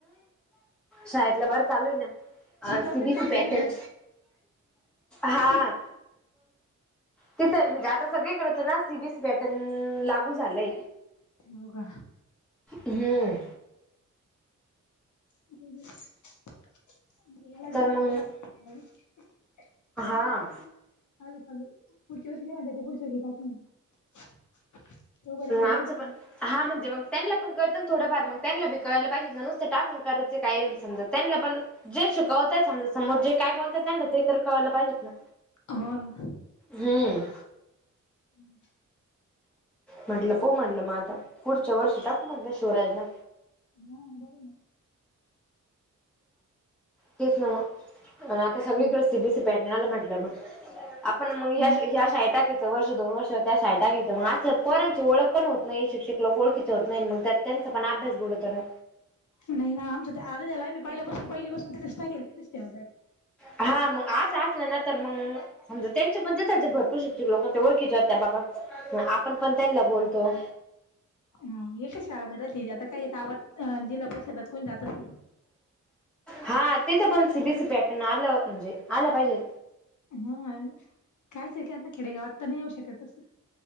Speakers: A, in the centre; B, on the left (about 70°).
A: शाळेतल बर चालू आहे ना
B: शिकवते
A: अ सी बी एस
B: चांगलं
A: सी पेटर्न
B: तिथं
A: हा
B: दिसते
A: तिथ म्हणजे आता सगळीकडच ना C B S C pattern लागू झालंय.
B: हो का
A: हम्म
B: <unintelligible>
A: तर मग हा
B: अल सगळे पुढच्यार्वंशी नाही आणयच पुढच्यार्वंशी <unintelligible> तोपर्यंत
A: आमचं
B: बरस
A: पण हा म्हणजे मग त्यांना पण कळतं ना थोडंफार मग त्यांना बी कळायला पाहिजे ना नुसत टाकून करायचं काय समजा त्यांना पण जे शिकवताय समजा समोर जे काय बोलतायत त्यांना ते तर कळल पाहिजेत ना.
B: हो ना
A: हम
B: हम्म
A: म्हंटलं पाऊ म्हटलं मग आता पुढच्या वर्षी टाकु म्हटलं शिवराजला.
B: हा बरं ना.
A: तेच ना मग आता सगळीकडे
B: हम्म
A: C B S C pattern आलं म्हटलं ना. आपण मग या
B: हा
A: ह्या शाळेत टाकिन. वर्ष दोन वर्ष त्या शाळेत टाकायच मग असं पोरांची ओळखपण होत नाही शिक्षक लोक ओळखीच होत नाही मग त्यात. त्यांचा पण अभ्यास बुडतोन.
B: नाही ना आमच आज्याला आम्ही पहिल्यापासुन पहिली पाासून तिथच टाकेल ति तेज.
A: हा मग असं असलं तर मग. समजा त्यांचे पण देतात जे भरपूर शिक्षक लोक ते ओळखीच्या होत बाबा आपण पण त्यांना बोलतो.
B: ह एक शाळा भरती आता काही गावात जिल्हा परिषदात कोणी जातच नाही.
A: हा तिथं पण सीबीसी पॅटर्न आलं म्हणजे आलं पाहिजे.
B: हा कायच आहे की आता खेडेगावात तर नाही येऊ शकत अससं.